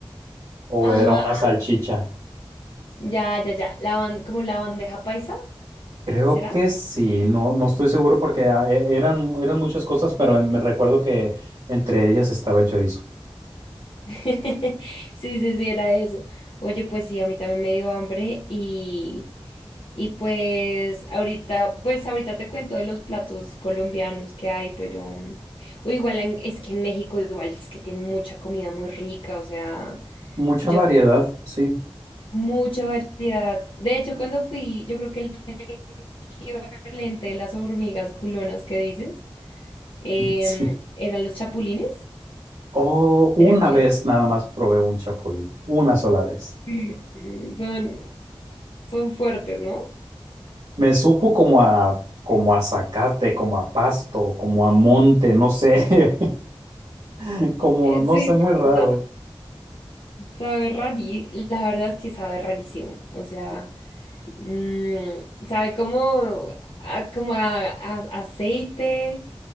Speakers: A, on the right; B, on the left.
A: o
B: Ajá.
A: era una salchicha.
B: Ya, ya, ya. La ban- ¿como la bandeja paisa?
A: Creo
B: ¿Será?
A: que sí, no, no estoy seguro porque ah, e- eran, eran muchas cosas, pero me recuerdo que entre ellas estaba el chorizo.
B: <laughs> Sí, sí, sí, era eso. Oye, pues sí, a mí también me dio hambre y, y pues ahorita, pues ahorita te cuento de los platos colombianos que hay, pero mm, o igual en- es que en México igual es que tienen mucha comida muy rica, o sea,
A: Mucha
B: yo
A: variedad, sí,
B: Mucha variedad. De hecho, cuando fui, yo creo que el equivalente de las hormigas culonas que dices
A: <laughs>
B: em,
A: sí.
B: eran los chapulines.
A: O una
B: Era, que-
A: vez nada más probé un chapulín, una sola vez.
B: Mm. son, son fuertes, ¿no?
A: Me supo como a, como a zacate, como a pasto, como a monte, no sé, <laughs> como,
B: Eh,
A: no
B: sí,
A: sé, muy raro.
B: sa- sabe rarí, la verdad es que sabe rarísimo. O sea, mm, sabe como, a, como a, a- aceite,